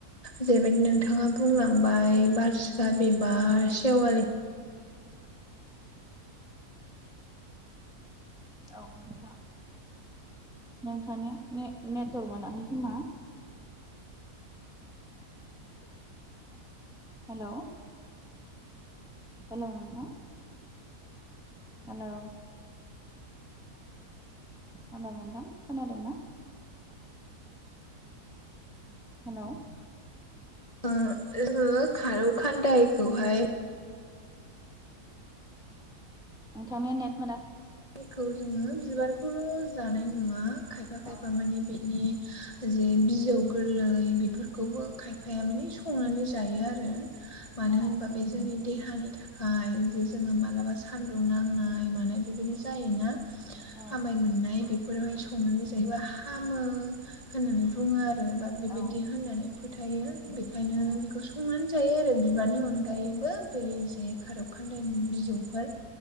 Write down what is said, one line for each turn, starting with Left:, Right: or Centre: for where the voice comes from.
Left: जेरैबायदि नोंथाङा बुंलांबाय बार सिखा बिबार सेवालि
Centre: औ नोंथां नोंथांनिया ने-नेटवर्क मोनाखै खोमा? हेल' हेल' नोंथां हेल' हेल' नोंथां खोनादों ना? हेल'
Left: ओ जोङो खारौ खान्दायखौहाय
Centre: नोंथांनिया नेट मोनाखै
Left: खौ जोङो बिबारखौल' जानाय नुवा खायफा खायफा
Centre: औ
Left: मानि बिनि जि बिजौ गोरलै बेफोरखौबो खायफाया माने संनानै जायो आरो मानो
Centre: औ
Left: होनबा बे जोंनि देहानि थाखाय जे जोङो मालाबा सान्दुं दुं नांनाय मानाय बेबायदि जायोना
Centre: औ
Left: हामाय मोननाय बेफोरावहाय संनानै जायोबा हामो होननानै बुङो आरो बा बेबायदि
Centre: औ
Left: होननानै फो थायो बेखायनो
Centre: औ
Left: बेखौ संनानै जायो आरो बिबारनि अनगायैबो बै खार' खान्दायनि बिजौफोर